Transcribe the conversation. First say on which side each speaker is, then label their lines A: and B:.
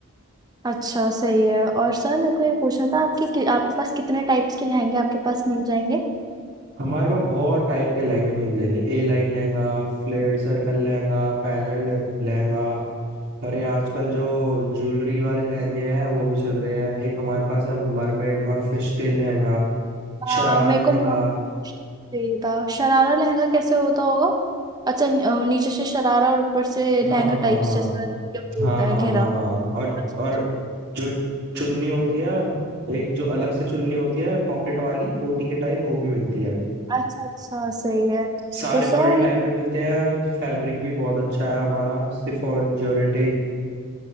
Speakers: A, on the right; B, on the right.
A: अच्छा सही है और सर मेरे को ये पूछना था आपके कि- आपके पास कितने टाइप्स के लहंगे आपके पास मिल जाएंगे
B: हमारे पास बहुत टाइप के लहंगे मिल जाएंगे A line lehenga flared circle lehenga panelled lehenga अरे आजकल जो ज्वेलरी वाले लहंगे हैं वो भी चल रहे हैं एक हमारे पास है मरमेड और फिश टेल लहंगा
A: आ,
B: शरारा
A: मेरे को
B: लहंगा
A: मामा चाहिए था शरारा लहंगा कैसे होता होगा अच्छा न- अ, नीचे से शरारा और ऊपर से लहंगा
B: हाँ
A: टाइप्स
B: हाँ हाँ
A: जैसा जो
B: हाँ
A: होता
B: हाँ
A: है घेरा
B: हाँ हाँ और
A: अच्छा
B: और
A: अच्छा
B: जो चुन्नी होती है एक जो अलग से चुन्नी होती है पॉकेट वाली कोटी के टाइप वो भी मिलती है
A: अच्छा अच्छा, सही है
B: सारे
A: तो
B: बॉडी
A: सर
B: टाइप
A: ये
B: में मिलते हैं फैब्रिक भी बहुत अच्छा है हमारा शिफॉन जॉर्जेट